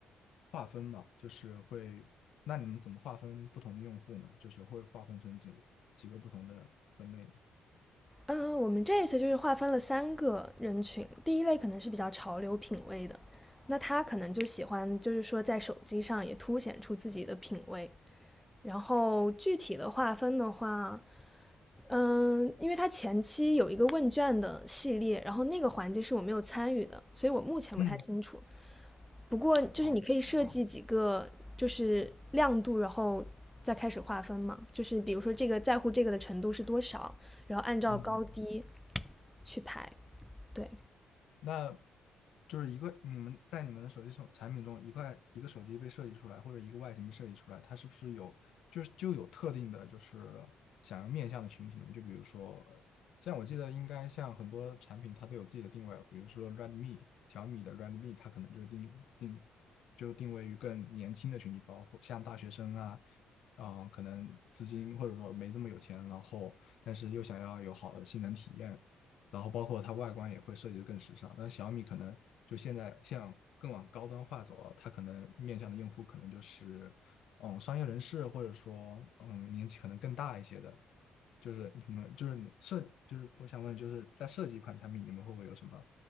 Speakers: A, on the left; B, in the centre.
A: 划分嘛，就是会，那你们怎么划分不同的用户呢？就是会划分成几个几个不同的分类呢？
B: 嗯，我们这一次就是划分了三个人群，第一类可能是比较潮流品味的，那他可能就喜欢，就是说在手机上也凸显出自己的品味。然后具体的划分的话，嗯，因为他前期有一个问卷的系列，然后那个环节是我没有参与的，所以我目前不太清楚。
A: 嗯，
B: 不过就是你可以设计几个就是亮度，
A: 哦，好，的。
B: 然后再开始划分嘛，就是比如说这个在乎这个的程度是多少，然后按照高低。
A: 嗯
B: 去排。对，
A: 那就是一个你们在你们的手机手产品中，一块一个手机被设计出来，或者一个外形被设计出来，它是不是有就是就有特定的，就是想要面向的群体呢？就比如说，像我记得应该像很多产品它都有自己的定位哦，比如说 Redmi 小米的 Redmi，它可能就定定就定位于更年轻的群体，包括像大学生啊。嗯，可能资金或者说没这么有钱，然后但是又想要有好的性能体验，然后包括它外观也会设计的更时尚。那小米可能就现在像更往高端化走啊，它可能面向的用户可能就是嗯商业人士，或者说嗯年纪可能更大一些的。就是你们就是你设就是我想问，就是在设计一款产品，你们会不会有什么